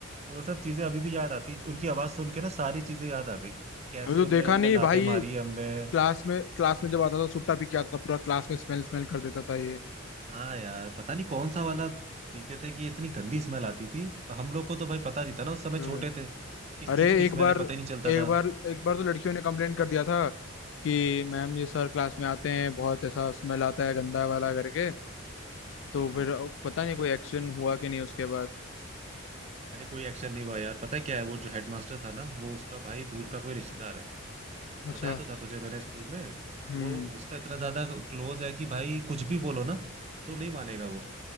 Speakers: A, on the right; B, on the left.
A: वो सब चीजें अभी भी याद आती उनकी आवाज सुन के ना सारी चीजें याद आ गई कैसे
B: अभी तो
A: उनने
B: देखा
A: हमने
B: नहीं
A: लाते
B: भाई
A: मारी है हमें
B: क्लास में क्लास
A: <laughs>
B: में जब आता था सुट्टा पी के आता था पूरा क्लास में स्मेल स्मेल कर देता था ये
A: हाँ यार पता नहीं कौन सा वाला पीते थे कि ये इतनी गंदी स्मेल आती थी हम लोग को तो भाई पता नहीं था ना उस समय
B: तो-
A: छोटे थे किस
B: अरे
A: चीज की
B: एक
A: स्मेल
B: बार
A: है पता ही नहीं चलता
B: एक
A: था
B: बार एक बार तो लड़कियों ने कंप्लेंट कर दिया था कि मैम ये सर क्लास में आते हैं बहुत ऐसा स्मेल आता है गंदा वाला करके तो
A: हाँ
B: फिर पता नहीं कोई एक्शन हुआ कि नहीं उसके बाद
A: अरे कोई एक्शन नहीं हुआ यार पता है क्या है वो जो हेडमास्टर था ना वो उसका भाई दूर का कोई रिश्तेदार है
B: अच्छा
A: बताया तो था तुझे मैंने स्कूल में
B: हम्म
A: वो उसका इतना ज्यादा क्लोज है कि भाई कुछ भी बोलो ना तो नहीं मानेगा वो